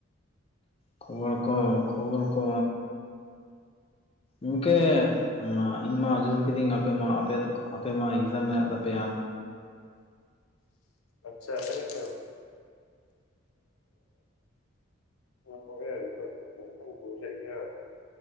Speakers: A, on the left; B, on the left.
A: ᱠᱷᱚᱵᱚᱨ ᱠᱚ ᱠᱷᱚᱵᱚᱨ ᱠᱚ ᱩᱝᱠᱮ ᱤᱧ ᱢᱟ ᱟᱸᱡᱚᱢ ᱠᱤᱫᱤᱧ, ᱟᱯᱮ ᱢᱟ ᱟᱯᱮ ᱟᱯᱮ ᱢᱟ ᱮᱠᱡᱟᱢ ᱢᱮᱱᱟᱜ ᱛᱟᱯᱮᱭᱟ?
B: ᱟᱪᱪᱷᱟ ᱦᱮᱸ <unintelligible> ᱚᱱᱟ ᱠᱚᱜᱮ ᱱᱤᱛᱚᱜ ᱢᱤᱫᱴᱟᱝ ᱵᱳᱭ ᱦᱮᱡ ᱟᱠᱟᱱᱟ ᱾